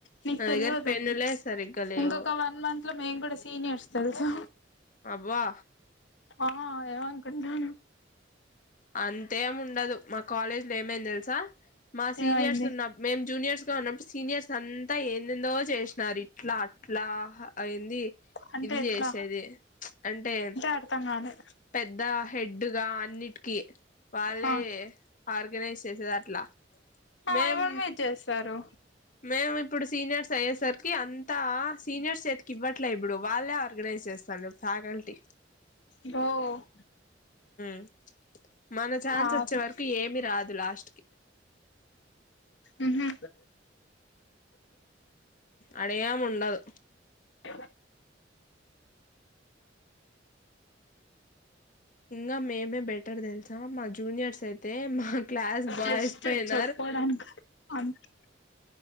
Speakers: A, on the left; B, on the left.
A: మీకు తెల్వదు
B: దగ్గర పెన్నులే సరిగ్గా లేవు
A: ఇంకొక వన్ మంత్ లో మేము కూడా సీన్ ట్నే ఏడుస్తదా
B: అబ్బా
A: ఆ ఏమనుకుంటున్నావ్
B: అంతేమి ఉండదు మా కాలేజీ లో ఏమైంది తెలుసా మా సీనియర్స్
A: ఏమైంది
B: ఉన్న మేం జూనియర్స్ గా ఉన్నప్పుడు సీనియర్స్ అంతా ఏందోదో చేసినారు ఇట్లా అట్లా అయింది
A: అంటే
B: ఇది
A: ఎట్లా
B: చేసేది అంటే
A: అర్థం కాలే
B: పెద్ద హెడ్ గా అన్నిటికీ వాళ్ళే
A: ఆ
B: ఆర్గనైజ్ చేసేది అట్లా
A: ఆ
B: మేం
A: ఇప్పుడు మీరు చేస్తారు
B: మేము ఇప్పుడు సీనియర్స్ అయ్యేసరికి అంతా సీనియర్స్ చేతికి ఇవ్వట్లే ఇప్పుడు వాళ్ళే ఆర్గనైజ్ చేస్తాం అ తకల్టీ
A: బో -
B: మ్ మన ఛాన్స్
A: పాపం
B: వచ్చే వరకు ఏమి రాదు లాస్ట్ కి
A: ఉహు
B: ఉ ఎం ఉండదు
A: అ
B: ఇంగా మేమే బెటర్ తెలుసా మా జూనియర్స్ అయితే మా క్లాస్ బాయ్స్
A: జస్ట్
B: పైన
A: <unintelligible>